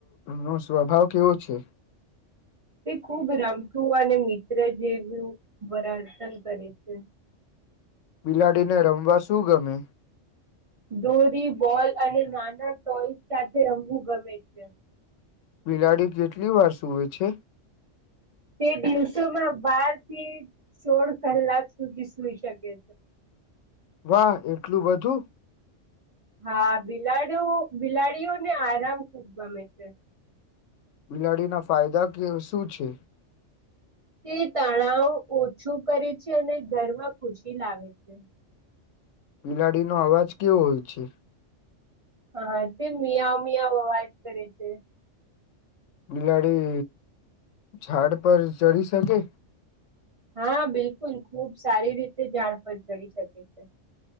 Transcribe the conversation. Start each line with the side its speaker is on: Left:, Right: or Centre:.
Left: નો સ્વભાવ કેવો છે
Right: તે ખૂબ રામસુ અને મિત્ર જેવું વરાતન કરે છે
Left: બિલાડીને રમવા શું ગમે
Right: દોરી બોલ અને નાના ટોય સાથે રમવું ગમે છે
Left: બિલાડી કેટલી વાર સુવે છે
Right: તે દિવસોમાં બારથી સોળ કલાક સુધી સુઈ શકે છે
Left: વાહ એટલું બધું
Right: હા બિલાડીઓ બિલાડીઓને આરામ ખુબ ગમે છે
Left: બિલાડીના ફાયદા કે શું છે
Right: તે તણાવ ઓછું કરે છે અને ઘરમાં ખુશી લાવે છે
Left: બિલાડીનોો અવાજ કેવો હોય છે
Right: હા તે મિયા મિયાવ અવાજ કરે છે
Left: બિલાડી ઝાડ પર ચડી શકે
Right: હા બિલકુલ ખુબ સારી રીતે જાણ પર ચડી શકે છે